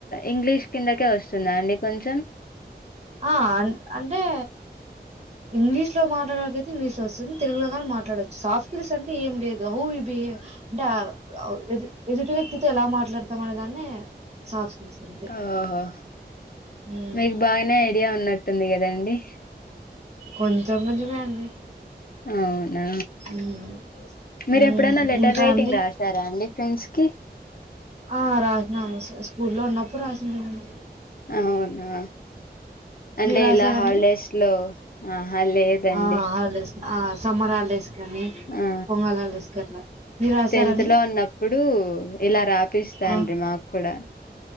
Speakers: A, on the left; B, on the right.
A: ఇంగ్లీష్ కిందకే వస్తుందా అండి కొంచెం
B: ఆ అంటే ఇంగ్లీష్ లో మాట్లాడే వాళ్ళకైతే ఇంగ్లీష్ లో వస్తుంది తెలుగులో కాని మాట్లాడచ్చు సాఫ్ట్ స్కిల్స్ అంటే ఏం లేదు హౌ బి ద అ అ ఎదుటి వ్యక్తితో ఎలా మాట్లాడతాం అనే దాన్ని సాఫ్ట్ స్కిల్స్ అంతే
A: ఓహో
B: ఉమ్,
A: మీకు బానే ఐడియా ఉన్నట్టుంది కదా అండి
B: కొంచెం కొంచం యే అండి
A: అవునా
B: ఉమ్,
A: మీరు
B: ఉమ్,
A: ఎప్పుడైనా లెటర్
B: ఇంకా
A: రైటింగ్
B: అండి
A: రాసారా అండి ఫ్రెండ్స్ కి
B: ఆ రాసినాము స్కూల్లో ఉన్నప్పుడు రాస్నాను
A: అవునా అంటే
B: మీరు రాసారండి?
A: ఇలా హాలిడేస్ లో ఆహా లేదండి
B: ఆ! హాలిడేస్ ఆ సమ్మర్ హాలిడేస్ కానీ,
A: ఆ
B: పొంగల్ హాలిడేస్ కట్లా. మీరు రాసారండి?
A: టెన్త్ లో ఉన్నప్పుడు ఇలా రాపిస్తాండ్రి
B: ఆ!
A: మాకూడా